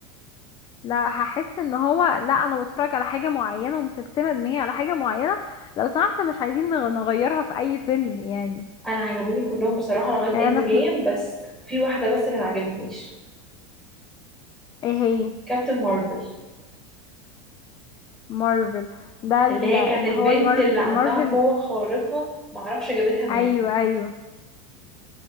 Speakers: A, on the left; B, in the centre.
A: لا هحس ان هو لا انا بتفرج على حاجه معينه ومسستمه دماغي على حاجه معينه لو سمحت مش عايزين نغ- نغيرها في اي فيلم يعني
B: انا عجبوني كلهم بصراحة لغاية
A: يعني
B: اند
A: انا
B: جيم
A: سم...
B: بس في واحدة بس اللي ما عجبتنيش
A: ايه هي
B: كابتن مارفل
A: مارفل ده ال-
B: اللي هي
A: اللي
B: كانت البنت
A: هو المارف
B: اللي عندها
A: مارفل
B: قوة خارقة معرفش جابتها منين
A: ايوه ايوه